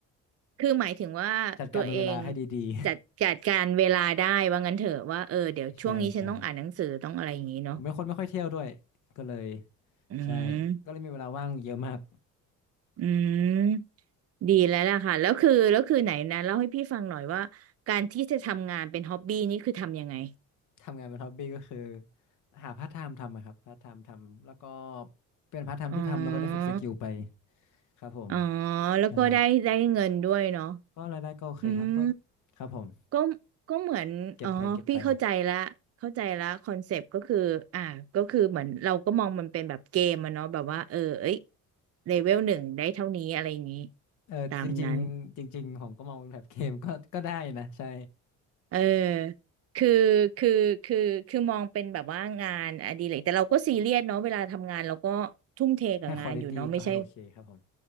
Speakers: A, on the right (about 50°); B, on the left (about 75°).
A: คือหมายถึงว่าตัวเอง
B: จัดการเวลาให้ดี
A: จัดจัดการเวลาได้ว่างั้นเถอะว่าเออเดี๋ยวช่วงนี้ฉันต้องอ่านหนังสือต้องอะไรอย่างงี้เนาะ
B: ๆ <laughs> ใช่ใช่ผมเป็นคนไม่ค่อยเที่ยวด้วยก็เลย
A: อืม
B: ใช่ก็เลยมีเวลาว่างเยอะมาก
A: อืมดีแล้วล่ะค่ะแล้วคือแล้วคือไหนนะเล่าให้พี่ฟังหน่อยว่าการที่จะทำงานเป็นฮ็อบบี้นี่คือทำยังไง
B: ทำงานเป็นฮ็อบบี้ก็คือหาพาร์ทไทม์ทำอะครับพาร์ทไทม์ทำแล้วก็เป็นพาร์ทไทม์ที่ทำแล้วก็ได้ฝึกสกิลไป
A: อ๋อ
B: ครับผม
A: อ๋อแล้วก็ได้ได้เงินด้วยเนาะ
B: ใช่ก็รายได้ก็โอเคครับก็
A: อืม
B: ครับผม
A: ก็ก็เหมือนอ๋อพี่เข้าใจละเข้าใจละคอนเซปต์ก็คืออ่าก็คือเหมือนเราก็มองมันเป็นแบบเกมอะเนาะแบบว่าเออเอ้ย
B: เก็บไปเก็บไป
A: เลเวลหนึ่งได้เท่านี้อะไรอย่างนี้
B: เออจริงๆจริงๆผมก็มองเป็นแบบเกมก็
A: ตามนั้น
B: <laughs> ก็ได้นะใช่
A: เออคือคือคือคือมองเป็นแบบว่างานอดิเรกแต่เราก็ซีเรียสเนาะเวลาทำงานเราก็ทุ่มเทกับงานอยู่เนาะไม่ใช่
B: ให้ควอลิตี้ก็ให้โอเคครับผม